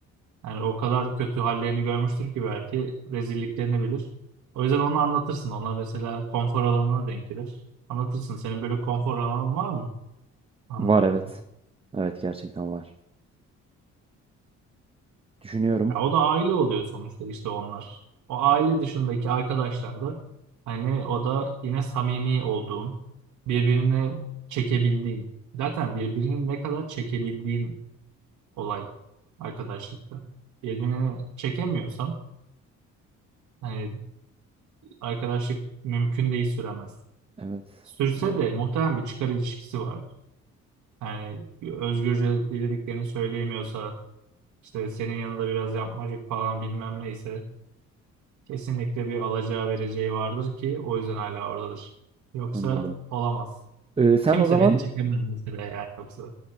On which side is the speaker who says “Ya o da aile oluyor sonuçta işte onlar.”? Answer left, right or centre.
Right